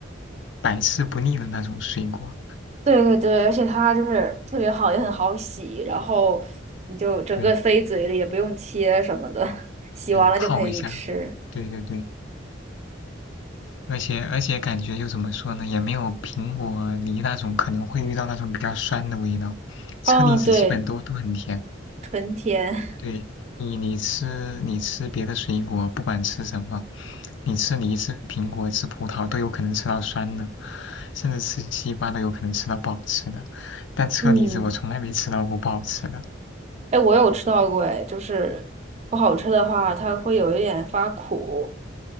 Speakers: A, on the left (about 65°); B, on the right (about 35°).
A: 百吃不腻的那种水果。
B: 对对对，而且它就是特别好，也很好洗，然后你就整个塞嘴里，
A: 对
B: 也不用切什么的，<laughs> 洗完了就可以吃。
A: 对，泡一下，对对对，而且而且感觉就怎么说呢，也没有苹果、梨那种可能会遇到那种比较酸的味道。车厘子基本都都很甜。
B: 哦，对，纯甜。
A: 对你，你吃你吃别的水果，不管吃什么，你吃梨、吃苹果、吃葡萄都有可能吃到酸的，甚至吃西瓜都有可能吃到不好吃的。但车厘子我从来没吃到过不好吃的。
B: 嗯，哎，我有吃到过，哎，就是不好吃的话，它会有一点发苦。